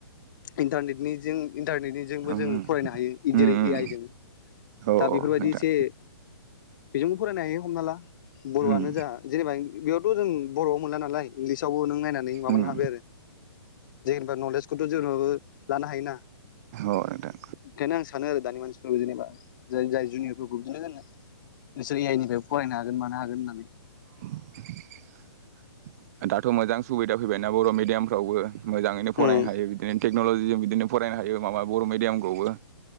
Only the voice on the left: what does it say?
इन्टारनेटनिजों इन्टारनेटनिजोंबो
जोङो फरायनो हायो जेरै
ए आइ जों
दा बेफोरबायदि
एसे बेजोंबो फरायनो हायो हमना ला। बरआनो
जा जेनेबा बेयाव जों बर मोनला नालाय इंलिसावबो नों नायनानै माबानो
हाबाय आरो। जेनेबा नलेजखौथ जोंबो लानो हायोना।
बेखायनो आं सानो आरो दानि मानसि। औ जेनेबा। जाय जाय जुनियर फोरखौ बिदिनो होनो। नोंसोर ए आइ निफ्रायबो फरायनो हागोन मानो हागोन होननानै।
उम